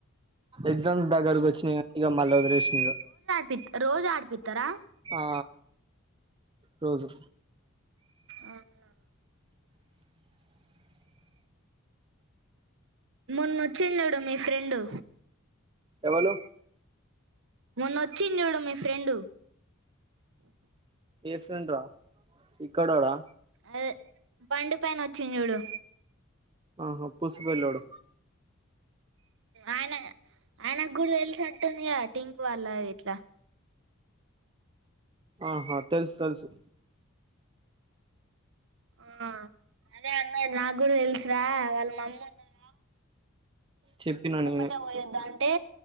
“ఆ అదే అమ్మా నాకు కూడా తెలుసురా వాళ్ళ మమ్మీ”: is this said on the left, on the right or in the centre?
Right